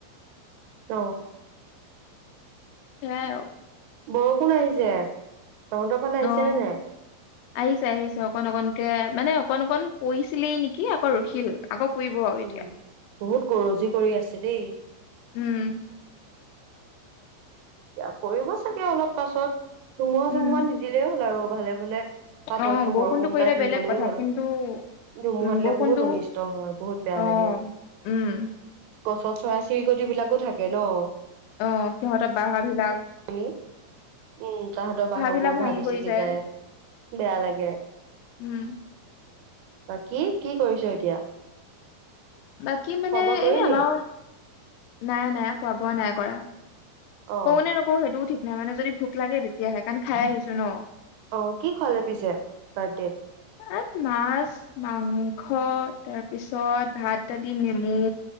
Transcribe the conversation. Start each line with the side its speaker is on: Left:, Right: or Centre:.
Right: ত।
Left: সেয়াও।
Right: বৰষুণ আহিছে, তহতৰ ফালে আহিছে
Left: অ
Right: নে নাই?
Left: <inaudible> আহিছে আহিছে, অকন অকনকে মানে অকন অকণ পৰিছিলেই নেকি আকৌ ৰখিল আকৌ পৰিব আৰু এতিয়া
Right: উম, বহুত গৰজি কৰি আছে দেই।
Left: উম।
Right: আ পৰিব চাগে অলপ পাছত ধুমুহা -
Left: উম
Right: চুমুহা নিদিলেই হ'ল আৰু ভালে ভালে পাতলকে
Left: অ বৰষুণটো
Right: বৰষুণজাক
Left: পৰিলে
Right: দি
Left: বেলেগ
Right: গ'লেই
Left: কথা
Right: হল।
Left: কিন্তু
Right: ধুমুহাটোলে
Left: উম বৰষুণটো
Right: বহুত অনিষ্ট হয়, বহুত বেয়া
Left: অ
Right: লাগে।
Left: উম
Right: গছত চৰাই - চিৰিকটিবিলাকো থাকে ন?
Left: অ সিহঁতৰ বাহবিলাক
Right: ই, উম তাহাঁতৰ বাহবোৰ
Left: বিলাক ভাঙি
Right: ভাগি -
Left: কৰিছে
Right: ছিগি যায়। বেয়া লাগে।
Left: উম
Right: বাকী কি কৰিছ এতিয়া?
Left: বাকী মানে
Right: খোৱা বোৱা কৰিলি
Left: এনে আমাৰ, নাই নাই খোৱা - বোৱা নাই কৰা।
Right: অ
Left: কওঁ নে নকও সেইটোও ঠিক নাই মানে যদি ভোক লাগে তেতিয়াহে কাৰণ খাই আহিছো ন।
Right: অ, কি খোৱালে পিছে বাৰ্থডেট?
Left: আত মাছ মাংস তাৰপিছত ভাত দালি নেমু